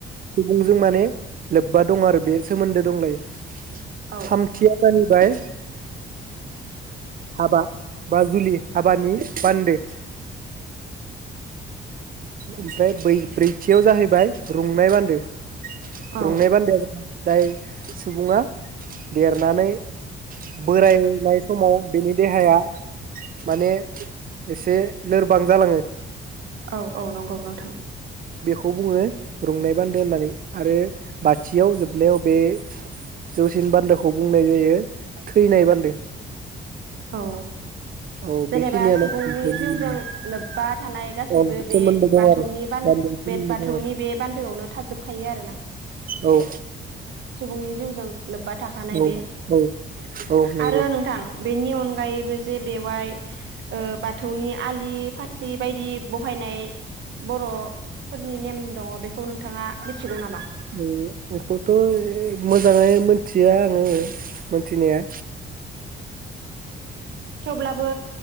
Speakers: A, on the right; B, on the right.
A: मुंजों माने लोब्बा दं आरो बे सोमोन्दो दंलायो।
B: औ
A: थामथिया जाहैबाय हाबा बा जुलि हाबानि बान्दो। ओमफ्राय बै-ब्रैथियाव जाहैबाय रुंनाय बान्दो।
B: औ
A: रुंनाय बान्दोआ जा जाय सुबुङा देरनानै बोरायनाय समाव बेनि देहाया माने एसे लोरबां जालाङो
B: औ औ नंगौ नोंथां।
A: खौ बुङो रुंनाय बान्दो होननानै आरो बाथियाव जोबनायाव बे जौसिन बान्दोखौ बुंनाय जायो थैनाय बान्दो।
B: औ
A: औ
B: जेनेबा
A: बेखिनियानो
B: सुबुं नि जिउजों लोब्बा थानाय गासैबो
A: औ
B: बे
A: सोमोन्दो दं
B: बाथौनि
A: आरो गामियाव सोमोन्दो
B: बे बाथौनि
A: दं आरो
B: बे बान्दोआवनो थाजोबखायो आरोना
A: औ
B: सुबुंनि जिउजों लोब्बा थाखानाय
A: औ
B: बे
A: औ औ नंगौ
B: आरो नोंथां बेनि अनगायैबो जे बेवहाय ओ बाथौनि आलि फाथलि बायदि बहायनाय बरफोरनि नेम दङ बेखौ नोंथाङा मिथिगौ नामा?
A: ओ बेखौथ' मोजाङै मोनथिया आङो मोनथिनाया
B: थेवब्लाबो